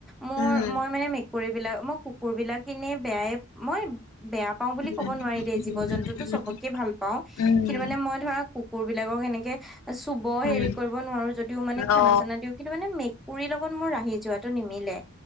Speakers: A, in the centre; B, on the left.
A: মোৰ
B: উম
A: মই মানে মেকুৰীবিলাক মই কুকুৰ কুকুৰবিলাক কিনি বেয়াই, মই বেয়া পাওঁ
B: উম
A: বুলি ক'ব নোৱাৰি দেই
B: উম
A: জীৱ-জন্তুতো চবকে
B: উম
A: ভাল পাওঁ
B: উম
A: কিন্তু মানে মই ধৰা কুকুৰবিলাকক এনেকে চুব
B: উম
A: হেৰি কৰিব নোৱাৰো যদিও মানে খানা-চানা
B: অ
A: দিওঁ। কিন্তু মানে মেকুৰীৰ লগত মোৰ ৰাহি যোৱাটো নিমিলে।